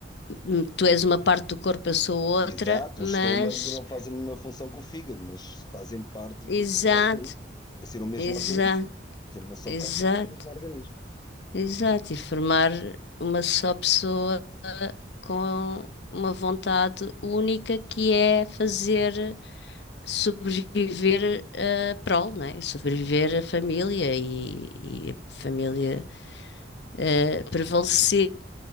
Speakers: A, on the left; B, on the left.
A: Hum, Tu és uma parte do corpo, eu sou outra,
B: exato,
A: mas.
B: o estômago não faz a mesma função que o fígado, mas fazem parte
A: Exato,
B: do mesmo organismo. É ser o mesmo
A: exato,
B: organismo. Ser uma só
A: exato.
B: carta é um organismo.
A: Exato, e formar uma só pessoa com uma vontade única que é fazer sobreviver a prole, né? Sobreviver a família e, e a família eh, prevalecer